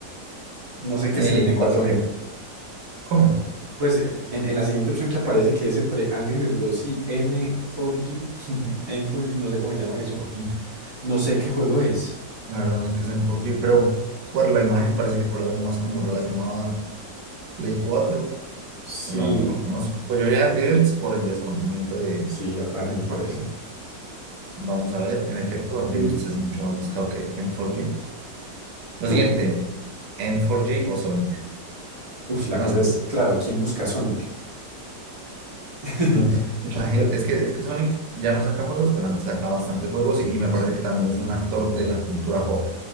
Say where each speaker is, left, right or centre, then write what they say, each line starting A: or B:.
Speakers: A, on the right; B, on the right.
A: No sé qué
B: Eh,
A: es el N4G.
B: la siguiente. ¿Cómo?
A: Pues eh, en, en la siguiente opción que aparece, que es entre Angry Birds 2 y N4G, N4G, no sé cómo se llama eso.
B: Por fin.
A: No sé qué juego es.
B: La verdad no sé qué es en 4G, pero por la imagen parece que fue algo más como relacionado a Play cuatro
A: Sí,
B: Claro, no lo conozco. Pues yo iría a Angry Birds por el desconocimiento de
A: sí, ah, dale,
B: N4G.
A: me parece.
B: Vamos a ver. En efecto, Angry
A: Mm,
B: Birds es mucho más buscado que N4G. Lo
A: hmm.
B: siguiente, N4G o Sonic.
A: Uf, la
B: No,
A: cosa
B: es que
A: es, claro, ¿quién busca a Sonic? <laughs>
B: no sé, mucha gente.
A: Pero-
B: Es que, es que Sonic ya no saca juegos, pero antes sacaba bastantes juegos y, y me
A: sí,
B: parece que también es un actor de la cultura pop.